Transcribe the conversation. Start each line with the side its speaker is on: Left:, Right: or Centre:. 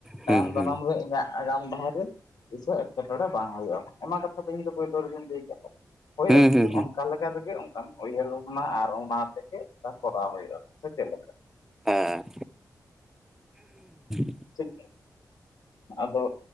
Left: ᱛᱟᱭᱚᱢ
Centre: ᱦᱩᱸ
Left: ᱫᱟᱨᱟᱢ ᱨᱮ ᱤᱧᱟᱹᱜᱼᱼ ᱟᱜᱟᱢ ᱵᱟᱦᱟᱨᱮ ᱛᱤᱥᱚ ᱮᱴᱠᱮᱴᱚᱬᱮ ᱵᱟᱝ ᱦᱩᱭᱩᱜᱼᱟ, ᱚᱱᱟ ᱠᱟᱛᱷᱟ ᱫᱚ ᱤᱧ ᱫᱚ ᱯᱩᱭᱞᱩ ᱨᱮᱜᱤᱧ ᱞᱟᱹᱭ ᱟᱠᱟᱫ ᱦᱚᱭ
Centre: ᱦᱩᱸ
Left: ᱟᱨᱠᱤ
Centre: ᱦᱩᱸ
Left: ᱚᱱᱠᱟ ᱞᱮᱠᱟ ᱛᱮᱜᱮ ᱚᱱᱠᱟᱱ ᱩᱭᱦᱟᱹᱨᱵᱷᱟᱵᱽᱱᱟ ᱟᱨ ᱚᱱᱟ ᱛᱮᱜᱮ ᱠᱚᱨᱟᱣ ᱦᱭᱟᱼᱟ ᱥᱮ ᱪᱮᱫ ᱞᱮᱠᱟ?
Centre: ᱮ <inaudible>
Left: <unintelligible> ᱟᱵᱚ